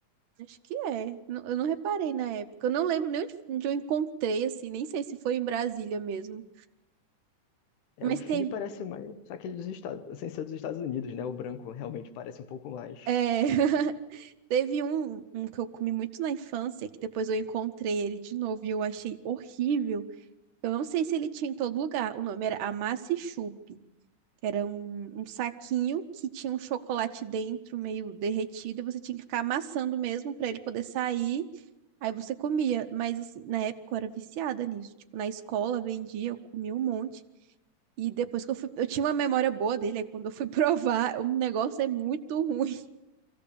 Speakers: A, on the right; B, on the left.
A: Acho que é. Não- Eu não reparei na época. Eu não lembro nem onde, onde eu encontrei, assim, nem sei se foi em Brasília mesmo.
B: É,
A: Mas
B: o Fine
A: teve,
B: parece mais aquele dos Estados, sem ser dos Estados Unidos, né? O branco realmente parece um pouco mais.
A: é, <laughs> teve um, um que eu comi muito na infância, que depois eu encontrei ele de novo e eu achei horrível Eu não sei se ele tinha em todo lugar. O nome era Amasse e Chupe, que era um, um saquinho que tinha um chocolate dentro meio derretido e você tinha que ficar amassando mesmo para ele poder sair. Aí você comia. Mas assim, na época eu era viciada nisso. Tipo, na escola vendia, eu comia um monte. E depois que eu fui, eu tinha uma memória boa dele, aí quando eu fui <laughs> provar, o negócio é muito ruim.